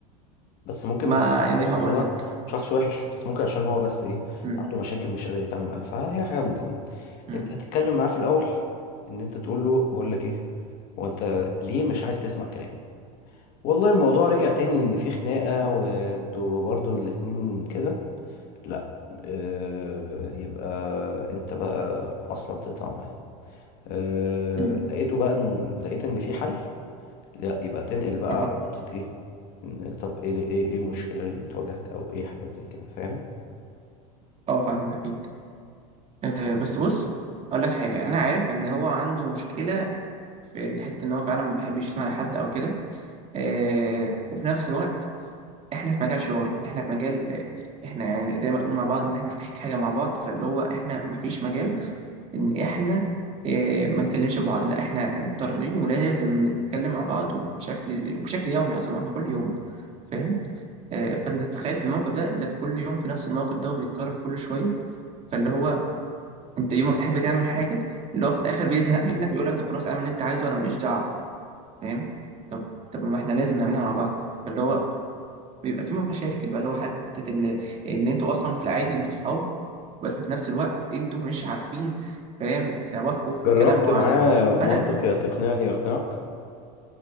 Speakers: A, on the left; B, on the right.
A: بس ممكن
B: ما
A: ما تبقاش
B: يعني
A: بسبب ان
B: هقول
A: هو
B: لك
A: شخص وحش بس ممكن عشان هو بس ايه
B: مم.
A: عنده مشاكل مش قادر يتعامل معاها فهي حاجة من الاتنين
B: مم.
A: انت هتتكلم معاه في الاول ان انت تقول له بقول لك ايه هو انت ليه مش عايز تسمع كلامي والله الموضوع رجع تاني
B: مم.
A: ان في خناقة وانتوا برضو الاتنين كده لا اه، يبقى انت بقى اصلا تقطع معاه أه
B: مم.
A: لقيته بقى إن لقيت إن في حل لا يبقى تنقل بقى
B: اه
A: على نقطة إيه إن طب إيه إيه إيه المشكلة اللي بتواجهك أو إيه حاجات زي كده فاهم
B: اه فاهمك اكيد آه بس بص اقول لك حاجه انا عارف ان هو عنده مشكله في الحته ان هو فعلا ما بيحبش يسمع لحد او كده آه وفي نفس الوقت احنا في مجال شغل احنا في مجال آه، احنا يعني زي ما تقول مع بعض ان احنا فاتحين حاجه مع بعض فاللي هو احنا ما فيش مجال ان احنا آه، ما نكلمش بعض لا احنا مضطرين ولازم نتكلم مع بعض وبشكل وبشكل يومي اصلا واحنا كل يوم فاهم آه، فانت تتخيل في الموقف ده انت في كل يوم في نفس الموقف ده وبيتكرر كل شويه فاللي هو انت يوم ما بتحب تعمل حاجه اللي هو في الاخر بيزهق منك بيقول لك طب خلاص اعمل اللي انت عايزه وانا ماليش دعوه فاهم طب طب ما احنا لازم نعملها مع بعض فاللي هو بيبقى في مشاكل بقى اللي هو حتة ال- ان انتوا اصلا في العادي انتوا صحاب بس في نفس الوقت انتوا مش عارفين فاهم تتوافقوا في
A: جربت
B: كلام معين
A: معاه منطق
B: فانا
A: يا تقنعني يقنعك